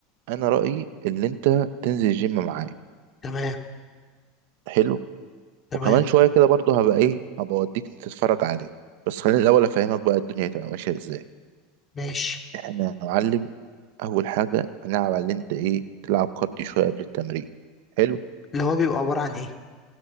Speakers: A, on the right; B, on the left.
A: انا رايي اللي انت تنزل الجيم معايا
B: تمام
A: حلو
B: تمام
A: وكمان شوية كده برضه هبقى ايه هبقى اوديك تتفرج عليه بس خليني الأول أفهمك بقى الدنيا هتبقى ماشية ازاي
B: ماشي
A: احنا يا معلم أول حاجة هنلعب على اللي انت ايه تلعب كارديو شوية قبل التمرين حلو
B: اللي هو بيبقى عبارة عن ايه